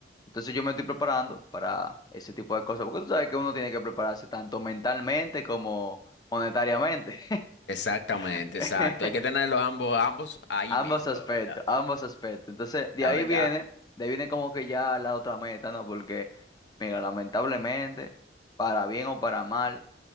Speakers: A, on the left; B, on the left.
A: entonces yo me estoy preparando para ese tipo de cosas, porque tú sabes que uno tiene que prepararse tanto mentalmente como monetariamente.
B: Exactamente,
A: <laughs>
B: exacto. Hay que tenerlos ambos, ambos ahí
A: Ambos
B: mismo,
A: aspectos,
B: la verdad.
A: ambos aspectos. Entonces, de
B: La
A: ahí
B: verdad,
A: viene, de ahí viene como que ya la otra meta, ¿no? Porque, mira, lamentablemente, para bien o para mal,